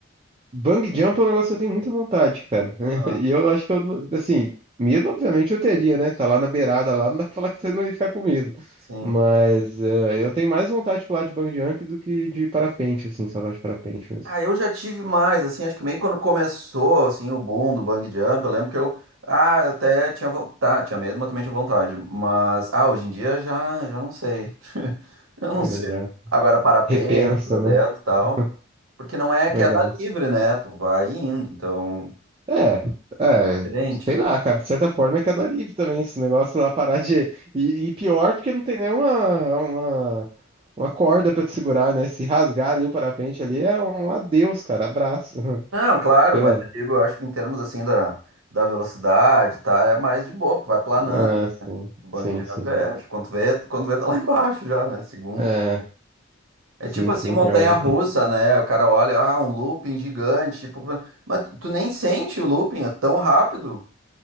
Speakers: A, on the right; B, on the right.
A: bang jump é um negócio que eu tenho muita vontade, cara. <laughs>
B: Ah,
A: E eu acho que eu, não- assim, medo obviamente eu teria, né? Tá lá na beirada lá, não dá pra falar que você não ia ficar com medo.
B: sim.
A: Mas eh, eu tenho mais vontade de pular de bang jump do que de parapente, assim, só de parapente mesmo.
B: Ah, eu já tive mais, assim, acho que meio quando começou, assim, o boom do bang jump, eu lembro que eu, ah, até tinha vontade, tinha medo, mas também tinha vontade, mas, ah, hoje em dia já, já não sei, <laughs> eu não
A: É,
B: sei.
A: já.
B: Agora parapente,
A: Repensa,
B: aberto
A: né?
B: e tal,
A: <laughs>
B: porque não é queda
A: Legal.
B: livre, né, tu vai indo, então,
A: É, é,
B: diferente.
A: sei lá, cara, de certa forma é queda livre também, esse negócio lá parar de. E, e pior porque não tem nenhuma uma, uma corda pra te segurar, né? Se rasgar ali o parapente ali é um adeus, cara, abraço. <laughs>
B: Não, claro,
A: Sei
B: mas
A: lá.
B: eu digo, eu acho que em termos, assim, da, da velocidade, tá, é mais de boa, porque vai planando,
A: Ah,
B: o bang
A: sim,
B: jump
A: sim, sim.
B: é, quando vê, quando vê tá lá embaixo já, né, segundo.
A: É,
B: É
A: sim,
B: tipo assim,
A: sim,
B: montanha-russa,
A: realmente.
B: né? O cara olha, ah, um looping gigante, tipo, mas tu nem sente o looping, é tão rápido